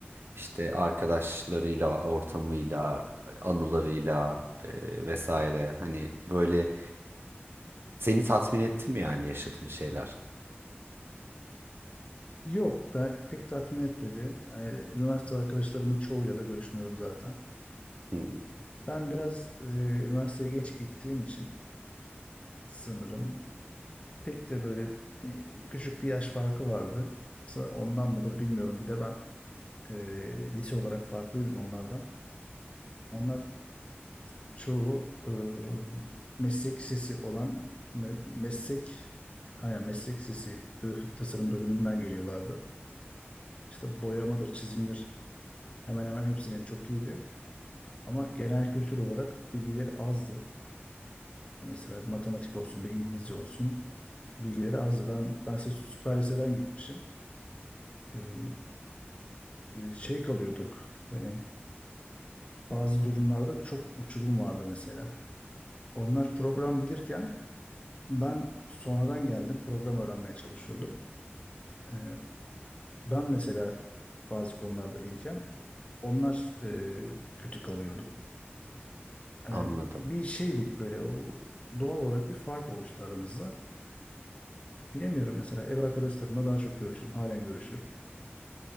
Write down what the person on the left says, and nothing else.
Yok, ben pek tatmin etmedi. Yani, üniversite arkadaşlarımın çoğuyla da görüşmüyorum zaten.
Ben biraz e, üniversiteye geç gittiğim için sanırım pek de böyle e, küçük bir yaş farkı vardı. Sa- Ondan mıdır bilmiyorum. Bir de ben e, lise olarak farklıydım onlardan. Onlar çoğu e, meslek lisesi olan me- meslek aynen meslek lisesi grafik tasarım bölümünden geliyorlardı. İşte boyamadır, çizimdir hemen hemen hepsinin çok iyiydi. Ama genel kültür olarak bilgileri azdı. Ya mesela bir matematik olsun, bir İngilizce olsun bilgileri azdı. Ben ben size süper liseden gitmişim. Ee, şey kalıyorduk. Hani bazı durumlarda çok uçurum vardı mesela. Onlar program bilirken ben sonradan geldim program öğrenmeye çalışıyordum. Ee, ben mesela bazı konularda iyiyken onlar e, kötü kalıyordu. Ee,
bir şeydik böyle o- doğal olarak bir fark oluştu aramızda. Bilemiyorum mesela ev arkadaşlarımla daha çok görüşürüm. Halen görüşürüm.